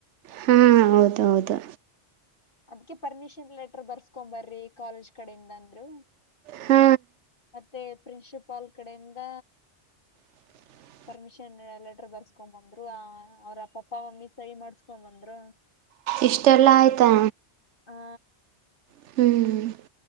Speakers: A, on the right; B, on the left.
A: ಹಾ ಹೌದು ಹೌದು
B: ಅದ್ಕ ಪರ್ಮಿಷನ್ ಲೆಟರ್ ಬರ್ಸ್ಕೊ ಬರ್ರಿ ಕಾಲೇಜ್ ಕಡೆಯಿಂದ ಅಂದ್ರು
A: ಹ್ಮ್
B: ಮತ್ತೆ ಪ್ರಿನ್ಸಿಪಾಲ್ ಕಡೆಯಿಂದ
A: <inaudible>
B: ಪರ್ಮಿಷನ್ ಲೆಟರ್ ಬರ್ಸ್ಕೊಂಡ್ ಬಂದ್ರು ಅವ್ರ ಪಪ್ಪ ಮಮ್ಮಿ ಸರಿ ಮಾಡ್ಸ್ಕೊ್ ಬಂದ್ರು
A: ಇಷ್ಟೆಲ್ಲ ಆಯ್ತ....
B: ಹಾ.....
A: ಹ್ಮ್....